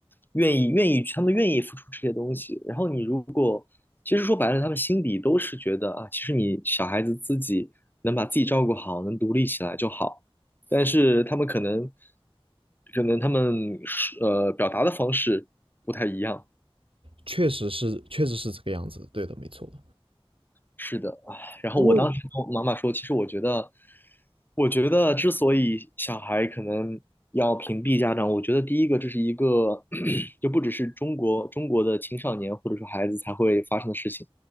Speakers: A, on the left (about 20°); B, on the right (about 65°).
A: 愿意愿意，他们愿意付出这些东西。然后你如其实说白了，他们心底都是觉得啊，其实你小孩子自己能把自己照顾好，能独立起来就好。但是他们可能，可能他们呃表达的方式不太一样。
B: 确实是确实是这个样子，对的，没错的
A: 是的，唉，然后我当时跟我妈妈说，
B: 因为
A: 其实我觉得，我觉得之所以小孩可能要屏蔽家长，我觉得第一个这是一个，<clears throat> 就不只是中国中国的青少年或者说孩子才会发生的事情。